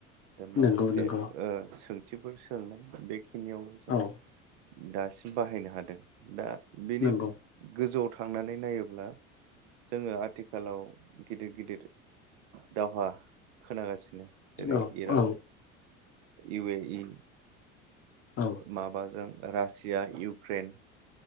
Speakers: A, on the right; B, on the left.
A: दा माखासे
B: नंगौ नंगौ
A: ओ सोंथिफोर सोंनाय बेखिनियावल जों
B: औ
A: दासिम बाहायनो हादों दा बेनि
B: नंगौ
A: गोजौआव थांनानै नायोब्ला जोङो आथिखालाव गिदिर गिदिर दावहा खोनागासिनो। जेरै
B: औ
A: इरान,
B: औ
A: इउ ए इ
B: औ
A: माबाजों रासिया, इउक्रेन